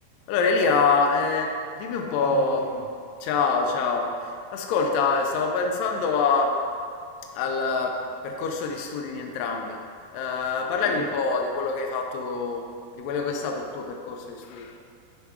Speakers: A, on the left (about 85°); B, on the right (about 80°).
A: Allora Elia, eh, dimmi un po',
B: Ciao Valentino.
A: ciao ciao, ascolta, stavo pensando a- al percorso di studi di entrambi, Eh, parlami
B: Sì,
A: un po' di quello che hai fatto, di quello che è stato il tuo percorso di studi.